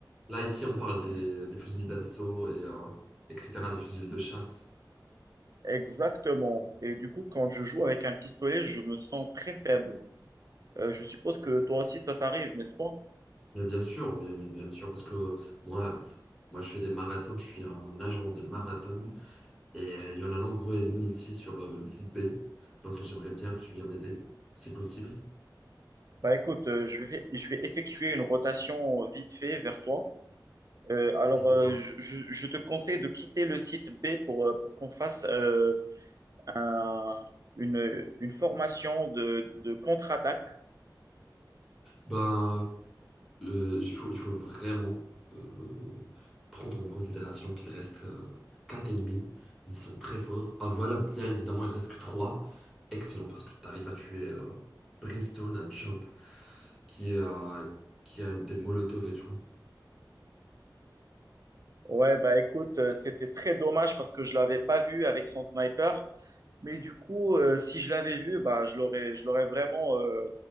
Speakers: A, in the centre; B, on the right.
A: là, ici, on parle des, des fusils d'assaut et euh, etc., les fusils de chasse.
B: Exactement. Et du coup, quand je joue avec un pistolet, je me sens très faible. Euh, je suppose que toi aussi, ça t'arrive, n'est-ce pas?
A: Mais bien sûr, oui, oui, bien sûr, parce que moi, moi, je fais des marathons, je suis un agent des marathons et euh, il y en a nombreux émis ici sur euh, le site B. Donc, j'aimerais bien que tu viennes m'aider, si possible.
B: Bah écoute, euh, je vais, je vais effectuer une rotation euh, vite fait vers toi. Euh, alors,
A: Oui, d'accord.
B: euh, je, je- je te conseille de quitter le site B pour, euh, pour qu'on fasse euh, un- une, une formation de, de contre-attaque.
A: Ben, euh, il faut, il faut vraiment euh, prendre en considération qu'il reste euh, quatre ennemis. Ils sont très forts. Ah, voilà, bien évidemment, il reste que trois. Excellent, parce que tu arrives à tuer euh, Brimstone, un chump qui est, euh, qui a des molotovs et tout.
B: Ouais, bah écoute, euh, c'était très dommage parce que je l'avais pas vu avec son sniper. Mais du coup, euh, si je l'avais vu, bah, je l'aurais, je l'aurais vraiment euh,